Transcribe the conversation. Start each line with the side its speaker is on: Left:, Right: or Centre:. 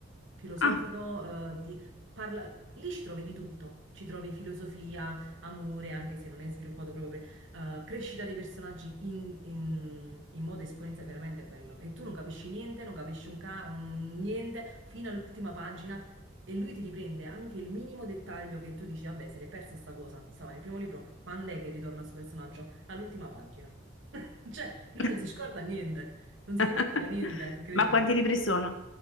Right: Filosofico,
Left: Ah.
Right: eh, di, parla, lì ci trovi di tutto. Ci trovi filosofia, amore, anche se non è sviluppato proprio, per- eh, crescita dei personaggi in, in- in modo esponenziale, veramente bello. E tu non capisci niente, non capisci un ca- un niente fino all'ultima pagina. E lui ti riprende anche il minimo dettaglio che tu dici, vabbè, se l'è persa sta cosa, stava nel primo libro, quando è che ritorna questo personaggio? All'ultima pagina. <laughs> Cioè, lui
Left: <laughs>
Right: non si scorda niente, non si
Left: <laughs>
Right: dimentica niente, incredibile.
Left: Ma quanti libri sono?